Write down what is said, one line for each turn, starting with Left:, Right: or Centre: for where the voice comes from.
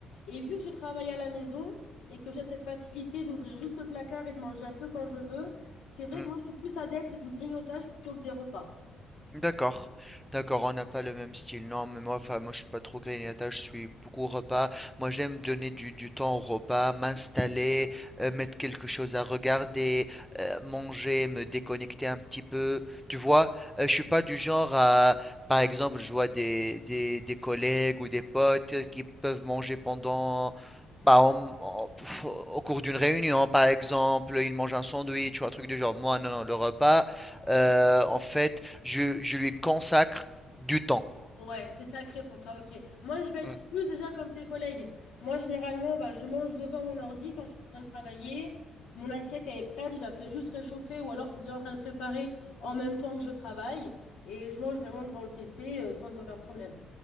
Left: Et vu que je travaille à la maison et que j'ai cette facilité d'ouvrir juste le placard et de manger un peu quand je veux, c'est vrai
Centre: Mmh.
Left: que moi je suis plus adepte du grignotage plutôt que des repas.
Centre: D'accord, d'accord, on n'a pas le même style. Non, mais moi, enfin, moi, je suis pas trop grignotage, je suis beaucoup repas. Moi, j'aime donner du, du temps au repas, m'installer, euh, mettre quelque chose à regarder, euh, manger, me déconnecter un petit peu. Tu vois, Euh, je suis pas du genre à, par exemple, je vois des, des, des collègues ou des potes qui peuvent manger pendant, bah, en- en- pff, au cours d'une réunion, par exemple, ils mangent un sandwich ou un truc du genre. Moi, non, non, le repas. Euh, en fait, je, je lui consacre du temps.
Left: Ouais, c'est sacré pour toi, ok. Moi, je vais être
Centre: Mm.
Left: plus déjà comme tes collègues. Moi, généralement, bah, je mange devant mon ordi quand je suis en train de travailler. Mon assiette, elle est prête, je la fais juste réchauffer ou alors c'est déjà en train de préparer en même temps que je travaille. Et je mange vraiment devant le PC, euh, sans aucun problème.